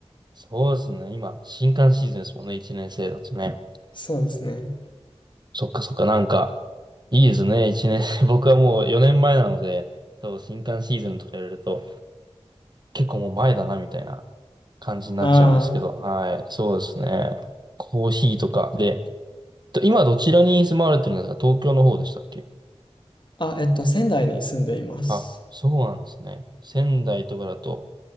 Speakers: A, on the right; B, on the left.
A: そうですね。今、新歓シーズンですもんね、1年生だとね。
B: そうですね。
A: そっかそっか、なんか、いいですね、一年。<laughs> 僕はもう4年前なので、多分新刊シーズンとか言われると、結構もう前だな、みたいな感じになっちゃうんですけど、
B: あー
A: はい、そうですね。コーヒーとかで、と今どちらに住まわれてるんですか東京の方でしたっけ
B: あ、えっと仙台に住んでいます。
A: あ、そうなんですね。仙台とかだと、